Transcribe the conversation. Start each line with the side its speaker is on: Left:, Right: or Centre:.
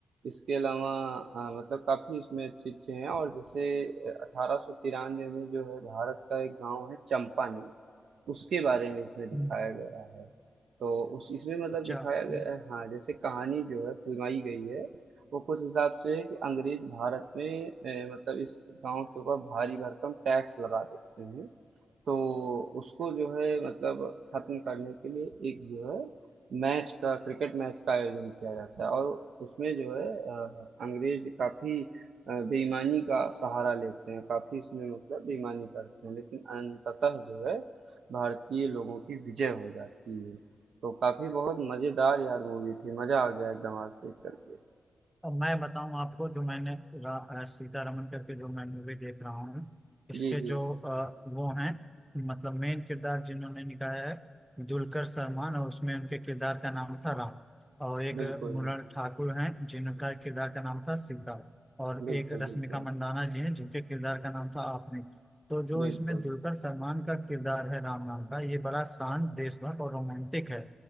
Right: इसके अलावा अ, मतलब काफी इसमें अच्छे अच्छे हैं और जैसे अठारह सौ तिरानवे में जो है भारत का एक गांव है चंपानेर उसके बारे में इसमें दिखाया
Centre: हम्म,
Right: गया है तो उस इसमें मतलब
Centre: अच्छा
Right: दिखाया गया
Centre: हम्म।
Right: है हाँ जैसे कहानी जो है फिल्माई गई है वो कुछ हिसाब से है कि अंग्रेज भारत में अ, मतलब इस गांव के ऊपर भारी भरकम टैक्स लगा देते हैं तो उसको जो है मतलब खत्म करने के लिए एक जो है मैच का क्रिकेट मैच का आयोजन किया जाता है और उसमें जो है अ, अंग्रेज काफी अ, बेईमानी का सहारा लेते हैं काफी इसमें मतलब बेईमानी करते हैं लेकिन अंततः जो है भारतीय लोगों की विजय हो जाती है तो काफी बहुत मजेदार यार मूवी थी मजा आ गया एकदम आज देख करके
Centre: अब मैं बताऊं आपको जो मैंने रा- अ, सीतारमन करके जो मैं मूवी देख रहा हूँ इसके
Right: जी जी
Centre: जो अ, वो हैं मतलब मेन किरदार जिन्होंने निभाया है दुलकर सलमान और उसमें उनके किरदार का नाम था राम और एक
Right: बिल्कुल
Centre: मृणाल ठाकुर हैं जिनका किरदार का नाम था सीता और
Right: बिल्कुल
Centre: एक रश्मिका
Right: बिल्कुल
Centre: मंदाना जी हैं जिनके किरदार का नाम था आपने तो जो
Right: बिल्कुल
Centre: इसमें दुलकर सलमान का किरदार है राम नाम का ये बड़ा शांत देशभक्त और रोमांटिक है